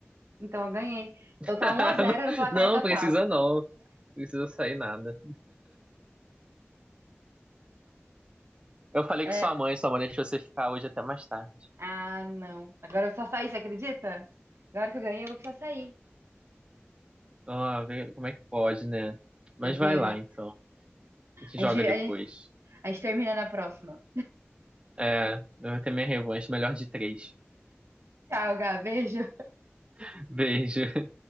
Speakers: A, on the right; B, on the right.
A: Então eu ganhei. Então
B: <laughs>
A: tá um a zero no placar
B: Não,
A: total.
B: precisa não. Não precisa sair nada. Eu falei
A: É.
B: que sua mãe, sua mãe deixou você ficar hoje até mais tarde.
A: Ah, não. Agora eu vou precisar sair, você acredita? Agora que eu ganhei, eu vou precisar sair.
B: Ah, vê como é que pode, né? Mas
A: Você vê,
B: vai lá,
A: né?
B: então. A gente
A: A
B: joga
A: gente, a
B: depois.
A: gente, a gente termina na próxima.
B: É, eu vou ter minha revanche, melhor de três.
A: Tchau, Gá. Beijo.
B: <laughs> Beijo.